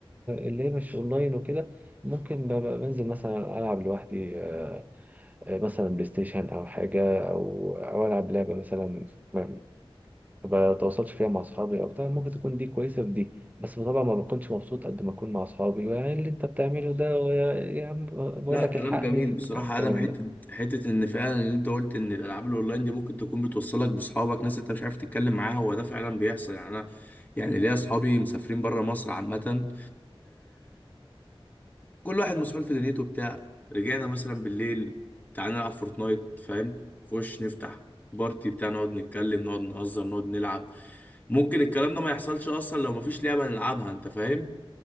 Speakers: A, on the right; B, on the left.
A: اللي هي مش اونلاين وكده ممكن ببقى بنزل مثلا العب لوحدي آه، آه، مثلا بلاي ستيشن او حاجة او او العب لعبة مثلا ما ما بتواصلش فيها مع اصحابي او بتاع ممكن تكون دي كويسة في دي بس طبعا ما بكونش مبسوط قد ما اكون مع اصحابي يعني اللي انت بتعمله ده يا يا عم بقول
B: لا
A: لك
B: كلام
A: الحقني
B: جميل بصراحه
A: بتاع الكلام
B: يا ادم حته
A: ده
B: حته ان فعلا اللي انت قلت ان الالعاب الاونلاين دي ممكن تكون بتوصلك باصحابك ناس انت مش عارف تتكلم معاها هو ده فعلا بيحصل يعني انا يعني ليا اصحابي مسافرين بره مصر عامه كل واحد مسحول في دنيته بتاع رجعنا مثلا بالليل تعالى نلعب فورتنايت فاهم خش نفتح بارتي بتاع نقعد نتكلم نقعد نهزر نقعد نلعب ممكن الكلام ده ما يحصلش اصلا لو ما فيش لعبه نلعبها انت فاهم